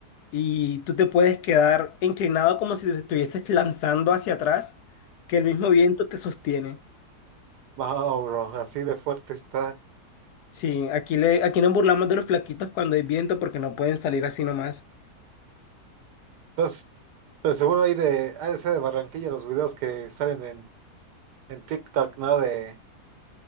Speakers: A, on the left; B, on the right.
A: y tú te puedes quedar inclinado como si te estuvieses lanzando hacia atrás, que el mismo viento te sostiene.
B: No, bro, así de fuerte está.
A: Sí, aquí le, aquí nos burlamos de los flaquitos cuando hay viento porque no pueden salir así nomás.
B: Entonces, de seguro hay de, ha de ser de Barranquilla los videos que salen en, en TikTok, ¿no? De,